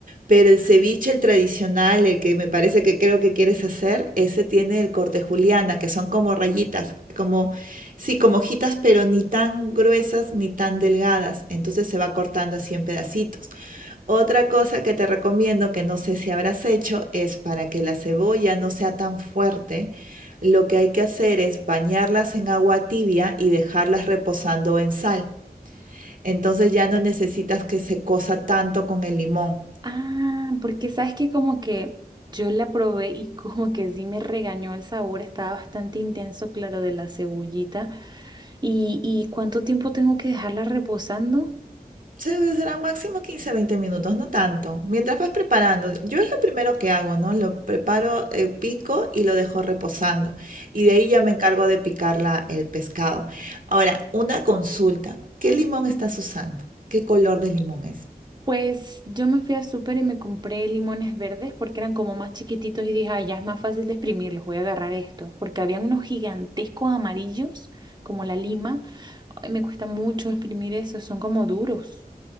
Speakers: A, on the right; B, on the right.
A: Pero el ceviche, el tradicional, el que me parece que creo que quieres hacer, ese tiene el corte juliana, que son como rayitas, como, sí, como hojitas, pero ni tan gruesas ni tan delgadas. Entonces se va cortando así en pedacitos. Otra cosa que te recomiendo, que no sé si habrás hecho, es para que la cebolla no sea tan fuerte, lo que hay que hacer es bañarlas en agua tibia y dejarlas reposando en sal. Entonces ya no necesitas que se cosa tanto con el limón.
B: Ah, porque sabes que como que yo la probé y como que sí me regañó el sabor, estaba bastante intenso, claro, de la cebollita. ¿Y, y cuánto tiempo tengo que dejarla reposando?
A: Sí, serán máximo 15 20 minutos, no tanto. Mientras vas preparando, yo es lo primero que hago, ¿no? Lo preparo, eh, pico y lo dejo reposando. Y
B: Sí.
A: de ahí ya me encargo de picar la- el pescado. Ahora, una consulta. ¿Qué limón estás usando? ¿Qué color de limón es?
B: Pues yo me fui al súper y me compré limones verdes porque eran como más chiquititos y dije, ah, ya es más fácil de exprimirlos, voy a agarrar esto. Porque habían unos gigantescos amarillos, como la lima. Ay, me cuesta mucho exprimir esos, son como duros.